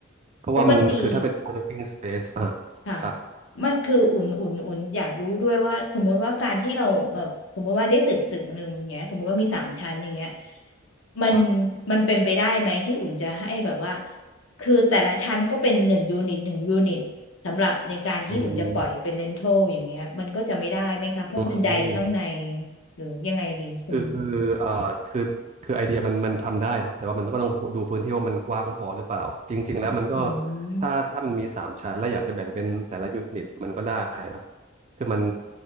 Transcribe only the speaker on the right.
เพราะว่ามันคือถ้าเป็น
co-working space อ่ะ
ครับ
ครับ
อืม
อืม
คือคือเอ่อคือคือไอเดียมันมันทำได้ครับแต่ว่ามันก็ต้องดูพื้นที่ว่ามันกว้างพอหรือเปล่าจริงๆแล้วมันก็
ถ้าถ้ามันมีสามชั้นและอยากจะแบ่งเป็นแต่ละยูนิตมันก็ได้ครับคือมัน